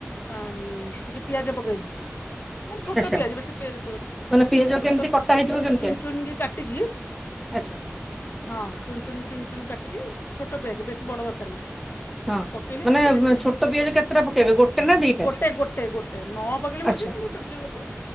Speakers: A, on the left; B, in the centre.
A: ଆଉଁ ଟିକିଏ ପିଆଜ ପକେଇଲି। ମାନେ ଛୋଟ
B: ଆଚ୍ଛା
A: ପିଆଜ ବେଶୀ ପିଆଜ ପ
B: ମାନେ ପିଆଜ
A: ଛୋଟ
B: କେମିତି କଟା ହେଇଯିବ କେମିତିଆ
A: ଚୁନ ଚୁନକି କାଟିକି।
B: ଆଚ୍ଛା।
A: ହଁ ଚୁନଚୁନ ଚୁନଚୁନ କାଟିକି ଛୋଟ ପିଆଜ ବେଶୀ ବଡ଼ ଦରକାରନି ଏଥିରେ।
B: ହଁ
A: ପକେଇଲି
B: ମାନେ
A: ସେ ପିଆଜ ଟି
B: ଛୋଟ ପିଆଜ କେତେଟା ପକେଇବେ ଗୋଟେ ନା ଦିଟା
A: ଗୋଟେ ଗୋଟେ ଗୋଟେ ନ ପକେଇଲେ ହଉଜି
B: ଆଚ୍ଛା
A: କିନ୍ତୁ <unintelligible>